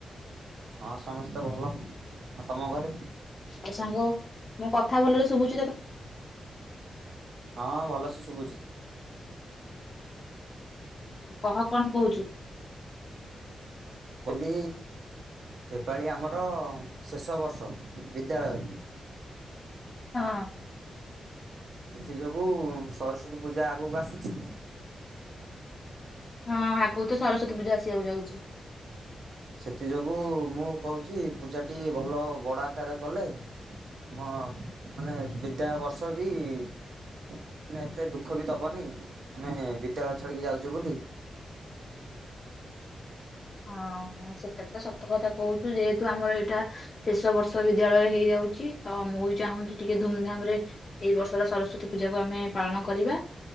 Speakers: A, on the right; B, on the left.
A: ହଁ ସମସ୍ତେ ଭଲ, ଆଉ ତମ ଘରେ?
B: ଆଉ ସାଙ୍ଗ ମୋ କଥା ଭଲରେ ଶୁଭୁ
A: ହଁ ଭଲସେ ଶୁଭୁଛି।
B: ଆଉ କହ କଣ କହୁଛୁ?
A: କହିଲି ଏପାଳି ଆମର ଶେଷ ବର୍ଷ ବିଦ୍ୟାଳୟରେ,
B: ହଁ।
A: ସେଥି ଯୋଗୁ ସରସ୍ଵତୀ ପୂଜା ଆଗକୁ ଆସୁଛି
B: ହଁ ଆଗକୁ ତ ସରସ୍ଵତୀ ପୂଜା ଆସିବାକୁ ଯାଉଛି।
A: ସେଥି ଯୋଗୁ ମୁଁ କହୁଛି ପୂଜାଟି ଭଲ ବଡ ଆକାରରେ କଲେ ଆମ ମାନେ ବିଦାୟ ବର୍ଷ ବି ମାନେ ଏତେ ଦୁଃଖ ବି ଦବନି ଆମେ ବିଦ୍ୟାଳୟ ଛାଡିକି ଯାଉଛୁ ବୋଲି।
B: ହଁ ସେଟା ତ ସତ କଥା କହୁଛୁ, ଯେହେତୁ ଆମର ଏଇଟା ଶେଷ ବର୍ଷ ବିଦ୍ୟାଳୟରେ ହେଇଯାଉଛି ତ ମୁଁ ବି ଚାହୁଁଛି ଟିକେ ଧୁମଧାମ ରେ ଏଇ ବର୍ଷର ସରସ୍ଵତୀ ପୂଜାକୁ ଆମେ ପାଳନ କରିବା।